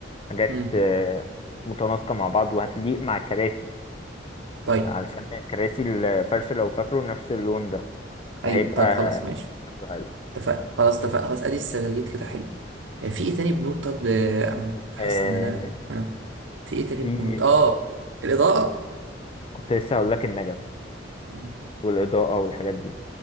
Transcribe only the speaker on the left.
حاجات
آه، متناسقه مع بعض وهتليق مع الكراسي
علشان كراسي الفرش لو فاكره نفس اللون ده فهيبقى
شكله حلو
آه،
في
كنت لسه هقول لك النجف
والاضاءه والحاجات دي